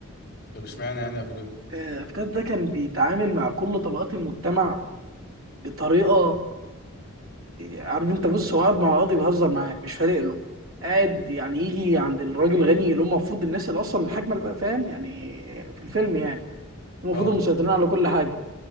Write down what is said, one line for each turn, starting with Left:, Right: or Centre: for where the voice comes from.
Left: طب اشمعنى يعني افوكادو
Right: آه، لافجادو ده كان بيتعامل مع كل طبقات المجتمع بطريقه عارف انت بص هو قاعد مع القاضي بيهزر معاه مش فارق له قاعد يعني يجي عند الراجل غني اللي هم المفروض الناس اللي اصلا الحاكمه اللي بقى فاهم يعني في الفيلم يعني هم المفروض
Left: اه
Right: المسيطرين على كل حاجه